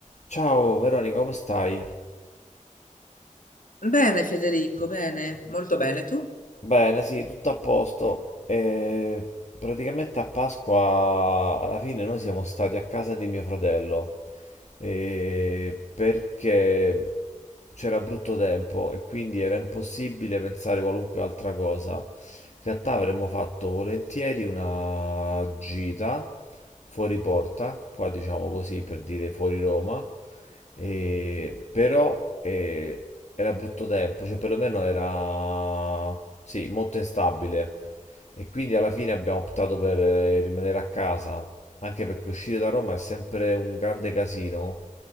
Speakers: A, on the left; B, on the left.
A: Ciao Veronica, come stai?
B: Bene Federico, bene, molto bene. Tu?
A: Bene, sì, tutto a posto. E praticamente a Pasqua alla fine noi siamo stati a casa di mio fratello. eh, perché c'era brutto tempo e quindi era impossibile pensare qualunque altra cosa. In realtà avremmo fatto volentieri una gita fuori porta, qua diciamo così per dire fuori Roma, e- però eh, era brutto tempo, cioè perlomeno era sì, molto instabile e quindi alla fine abbiamo optato per eh, rimanere a casa. Anche perché uscire da Roma è sempre un grande casino